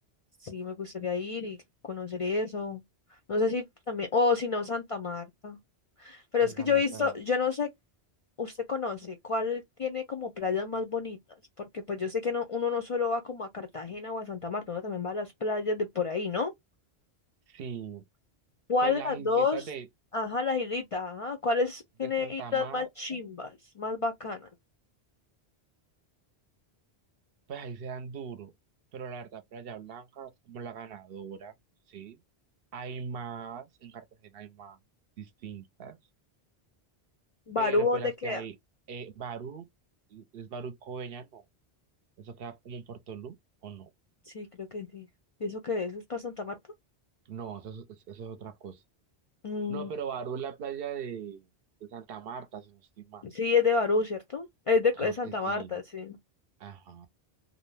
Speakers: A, on the left (about 50°); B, on the right (about 65°).
A: sí me gustaría ir y conocer eso. No sé si también, o si no, Santa Marta. Pero
B: Santa
A: es que yo
B: Marta,
A: he visto,
B: Venecia.
A: yo no sé, usted conoce cuál tiene como playas más bonitas, porque pues yo sé que no, uno no solo va como a Cartagena o a Santa Marta, uno también va a las playas de por ahí, ¿no?
B: Sí,
A: ¿Cuál
B: pues
A: de
B: las
A: las
B: islitas
A: dos?
B: de,
A: Ajá, las hilitas, ajá. ¿Cuáles
B: de
A: tiene
B: Santa
A: hilas
B: Marta,
A: más chimbas, más bacanas?
B: pues ahí se dan duro, pero la verdad, Playa Blanca es como la ganadora, ¿sí? Hay más, en Cartagena hay más distintas.
A: ¿Barú
B: pero
A: dónde
B: pues las
A: queda?
B: que hay, eh, Barú, es Barú y Coveñas, no, eso queda como en Puerto Portolú, ¿o no?
A: Sí, creo que sí. Pienso que eso es para Santa Marta.
B: No, eso, es eso es otra cosa.
A: Mm,
B: No, pero Barú es la playa de, de Santa Marta, si no estoy mal.
A: sí, es de Barú, ¿cierto? Es de,
B: Creo
A: es Santa
B: que sí.
A: Marta, sí.
B: Ajá.